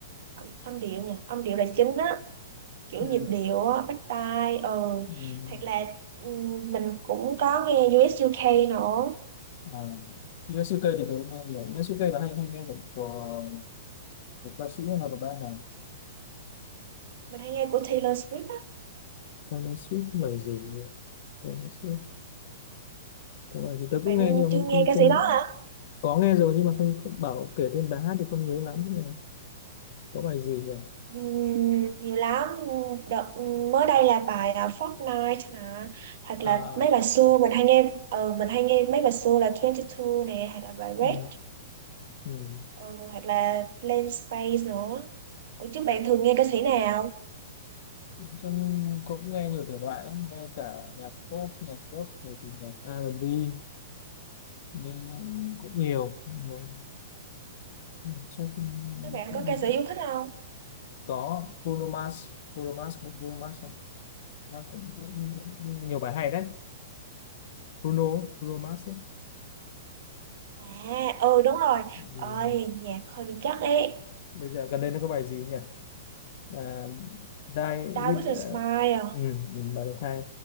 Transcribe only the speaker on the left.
ừ.
Ừ.
À. Yosuke thì tớ cũng không hiểu Yosuke là hay hay nghe của của, của ca sĩ hay là của band này
Taylor Swift lời gì nữa? Taylor Swift có bài gì tớ cũng
nghe nhưng mà không
không
không
có nghe rồi nhưng mà không không bảo kể tên bài hát thì không nhớ lắm nhưng mà có bài gì nhỉ
à
ừ, ừ.
trong cũng nghe nhiều thể loại lắm, nghe cả nhạc pop, nhạc rock, rồi thì nhạc R&B, nghe cũng nhiều, nhiều. Ừ, Chắc
cũng
nghe.
Có Bruno Mars, Bruno Mars, cũng Bruno Mars này. Nó cũng, cũng, cũng nhiều bài hay đấy. Bruno, Bruno Mars ấy.
Ừ.
Bây giờ gần đây nó có bài gì nhỉ? À, Die
with,
uh,
ừ, ừ, bài đấy hay.